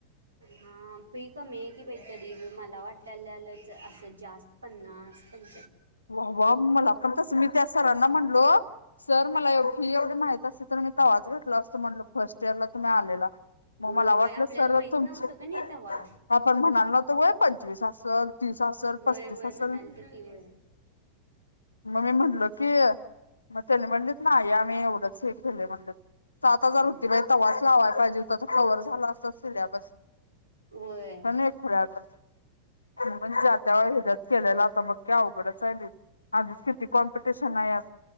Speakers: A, on the right (about 75°); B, on the left (about 80°).
A: हा फी कमी ये की बई तरी मला वाट त्याल्यालच असं जास्त पन्नास पं
B: वा वा मला पण तस मी मी सरांना म्हणलो सर मला फी एवढी माहत असते तर मी कवाच घेतला असतो म्हणल फर्स्ट इयरला तुम्ही आलेला मग मला
A: वय वय
B: वाटलं
A: आपल्याला
B: सर
A: माहित
B: तुमची
A: नव्हतं का नाही तवा
B: आपण म्हणालो नव्हतो व्हय पंचवीस असल तीस असल
A: वय
B: पस्तीस
A: वय
B: असल.
A: म्हणाल तर की वय
B: मग मी म्हटलो की मग त्याने म्हणलत नाही <unintelligible> मी एवढंच हे केलंय म्हणलं. सात हजार
A: हम्म.
B: होती बाई तवाच लावाय पाहिजे त कव्हवर झाला असत सिलेबस
A: वय
B: पन ए खुळ्यागत म्हणजे त्या केलेला आता बग. अवघडच आहे लै आधीच किती कॉम्पिटिशन आहे यात.